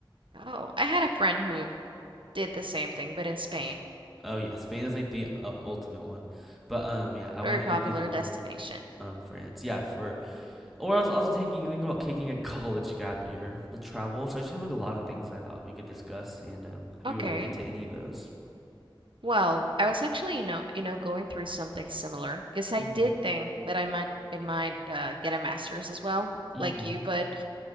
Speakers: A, on the right (about 75°); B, in the centre.
A: Oh, I had a friend who did the same thing, but in Spain.
B: Oh yeah, Spain is like the uh, ultimate one. But um yeah, I
A: Very
B: wanted
A: popular
B: to do the one
A: destination.
B: in um France. Yeah, for or I was also taking thinking about taking a college gap year, the travel. So I just have like a lot of things I thought we could discuss and um have
A: Okay.
B: you related to any of those?
A: Well, I was actually, you know, you know, going through something similar because I
B: Mhm.
A: did think that I might, it might uh, get a master's as well,
B: Mhm.
A: like you, but